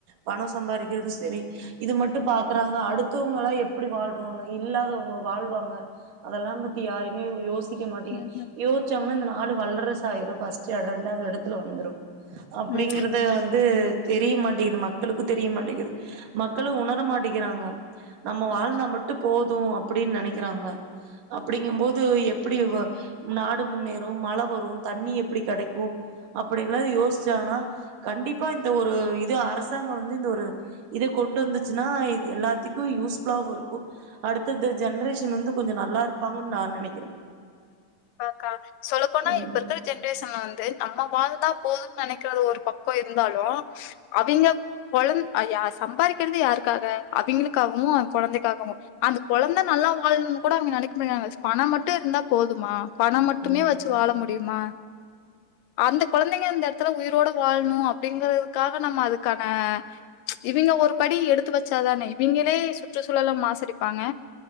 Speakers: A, on the right (about 75°); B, on the left (about 85°).
A: பணம் சம்பாரிக்கிறதும் சரி இது மட் மட்டு பாக்குறாங்க அடுத்தவங்கலா எப்டி வாழ்ராங்க இல்லாதவங்க வாழ்வாங்க அதெல்லா பத்தி யா மே யோசிக்க மாட்டிங்க
B: ம்
A: யோச்சாங்னா இந்த நாடு வல்ட்ரசு ஆயிரு ஃபர்ஸ்ட் ரா ரெண்டாவது எடத்துல வந்துரு அப்டிங்கறது
B: ம்
A: வந்து தெரிய மாட்டிக்குது மக்களுக்கு தெரிய மாட்டிக்குது மக்களு உணர மாட்டிக்கிறாங்க நம்ம வாழ்ந்தா
B: ம்
A: மட்டு போது அப்டின் நனைக்கறாங்க அப்டிங்கம்போது எப்டி வ நாடு முன்னேறு மழ வரு தண்ணி எப்டி கெடைக்கு அப்டியெல்லா யோச்சாங்னா கண்டிப்பா இந்த ஒரு இது அரசாங் வந்து இந்த ஒரு இது கொண்டு வந்துச்சுன்னா இது எல்லாத்திக்கு யூஸ்ஃபுல்லாவு இருக்கு அடுத்த இந்த ஜெ ஜென்ட்ரேஷன் வந்து கொஞ்சோ நல்லாருப்பாங்கன் நா நெனைக்குறே
B: கண்டிப்பாக்கா சொல்ல போனா
A: ம்
B: இப்ப இருக்குற ஜென்ரேஷன்ல வந்து நம்ம வாழ்ந்தா போதுன் நெனைக்கறது ஒரு பக்கோ இருந்தாலு அவிங்க கொழந் யா சம்பாரிக்கறது யாருக்காக அவிங்களுக்காகவு அவங் கொழந்தைக்காகவு அந்த கொழந்த நல்லா லா வாழ்னு கூட அவிங்க நெனக்க மாட்டாக பணம் மட்டு இருந்தா போது மா பணோ மட்டுமே
A: ம்
B: வச்சு வாழ முடியுமா அந்த கொழந்தைங்க இந்த எடத்துல உயிரோட வாழணு அப்டிங்கதுக்காக நம்ம அதுக்கான இவிங்க ஒரு படி எடுத்து வச்சாதானே இவிங்களே சுற்றுச்சூழல மாசடிப்பாங்க